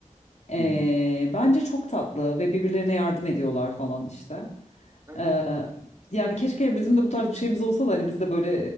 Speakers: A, on the left; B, on the right.
A: Eee,
B: Hı hı.
A: bence çok tatlı ve birbirlerine yardım ediyorlar falan işte.
B: Evet.
A: Ee, yani keşke bizim de bu tarz bir şeyimiz olsa da hani biz de böyle